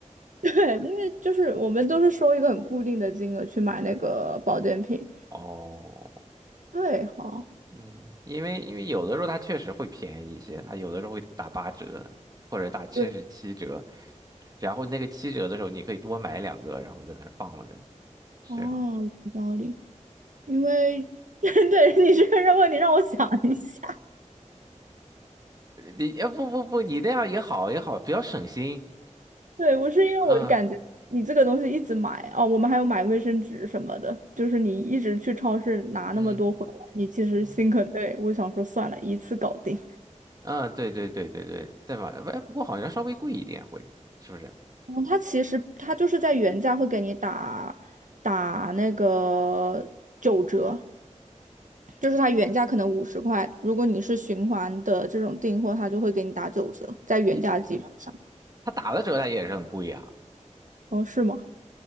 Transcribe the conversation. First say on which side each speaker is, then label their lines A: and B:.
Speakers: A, on the right (about 80°); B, on the right (about 30°).
A: 对，因为就是我们都是收一个很固定的金额去买那个保健品。
B: 过哦。<laughs>
A: 对哈，
B: 嗯，因为因为有的时候它确实会便宜一些，它有的时候会打八折或者打甚至七折，
A: 对
B: 然后那个七折的时候你可以多买两个，然后就在那儿放着，是啊，
A: 哦，有道理。因为 <laughs> 对你这个问你让我想一下，
B: 你呃不不不，你那样也好也好，比较省心。
A: 对我是因为我就感觉你这个东西一直买哦，
B: 嗯
A: 我们还有买卫生纸什么的，就是你一直去超市拿那么多回来，
B: 嗯
A: 你其实心很累。
B: 嗯，
A: 我想说算了，一次搞定。
B: 嗯，对对对对对，对吧？哎，不过好像稍微贵一点会，是不是？
A: 嗯，它其实它就是在原价会给你打打那个九折，就是它原价可能五十块，如果你是循环的这种订货，它就会给你打九折，在原价基础上。
B: 你他打了折他也是很贵啊，啊。
A: 哦，是吗？